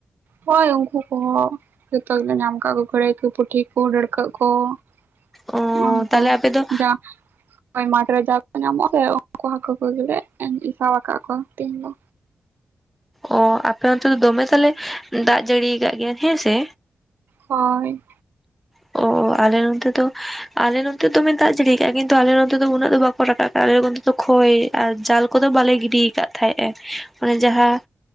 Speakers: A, on the right (about 85°); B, in the centre.
A: ᱦᱚᱭ ᱩᱱᱠᱩ ᱠᱚᱦᱚᱸ ᱡᱚᱛᱚ ᱜᱮᱞᱮ ᱧᱟᱢ ᱠᱟᱜ ᱠᱚ <unintelligible> ᱛᱤᱠᱩ ᱴᱷᱤᱠ ᱠᱚ ᱰᱟᱹᱲᱠᱟᱹᱜ ᱠᱚ <unintelligible>
B: ᱚ
A: ᱩᱱᱠᱩ
B: ᱛᱟᱦᱚᱞᱮ ᱟᱯᱮ
A: <inaudible>
B: ᱫᱚ
A: ᱡᱟ ᱦᱚᱭ ᱢᱟᱴ ᱨᱮ ᱡᱟ ᱠᱚ ᱧᱟᱢᱚᱜ ᱥᱮ ᱩᱱᱠᱩ ᱦᱟᱹᱠᱩ ᱠᱚᱜᱮ ᱞᱮ ᱮᱢ ᱤᱯᱟ ᱣᱟᱠᱟᱫ ᱠᱚᱣᱟ ᱛᱮᱦᱮᱧ ᱫᱚ᱾
B: ᱚ ᱟᱯᱮ ᱚᱱᱛᱮ ᱫᱚ ᱫᱚᱢᱮ ᱛᱟᱞᱮ ᱫᱟᱜ ᱡᱟᱹᱲᱤᱭᱟᱠᱟᱫ ᱜᱮᱭᱟ ᱦᱮᱸ ᱥᱮ?
A: ᱦᱚᱭ᱾
B: ᱚᱻ ᱟᱞᱮ ᱱᱚᱛᱮ ᱫᱚ ᱟᱞᱮ ᱱᱚᱛᱮ ᱫᱚᱢᱮ ᱫᱟᱜ ᱡᱟᱹᱲᱤ ᱠᱟᱜᱼᱟᱭ ᱠᱤᱱᱛᱩ ᱟᱞᱮ ᱱᱚᱛᱮ ᱫᱚ ᱩᱱᱟᱹᱜ ᱫᱚ ᱵᱟᱠᱚ ᱨᱟᱠᱟᱵᱟᱜᱼᱟᱞᱮ ᱱᱚᱱᱛᱮ ᱫᱚ ᱠᱷᱭ ᱟᱨ ᱡᱟᱞ ᱠᱚᱫᱚ ᱵᱟᱞᱮ ᱜᱤᱰᱤ ᱟᱠᱟᱫ ᱛᱟᱦᱮᱸᱫᱼᱟ ᱾ ᱚᱱᱮ ᱡᱟᱦᱟᱸ